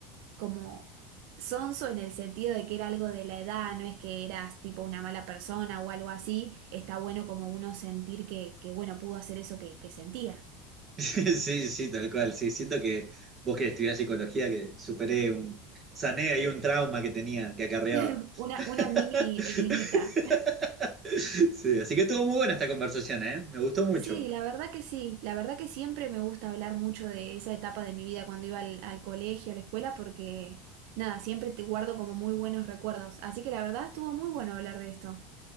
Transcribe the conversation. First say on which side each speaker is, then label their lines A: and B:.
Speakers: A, on the right (about 60°); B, on the right (about 20°).
A: como sonso en el sentido de que era algo de la edad, no es que eras tipo una mala persona o algo así, está bueno como uno sentir que, que bueno, pudo hacer eso que, que sentía.
B: Sí, sí, tal cual. Sí, siento que vos que estudiás psicología, que superé un, sané ahí un trauma que tenía, que acarreaba.
A: <laughs> Una, una mini
B: <laughs>
A: heridita.
B: Sí, así que estuvo muy buena esta conversación, ¿eh? Me gustó mucho.
A: Sí, la verdad que sí, la verdad que siempre me gusta hablar mucho de esa etapa de mi vida cuando iba al, al colegio, a la escuela, porque nada, siempre te guardo como muy buenos recuerdos, así que la verdad estuvo muy bueno hablar de esto.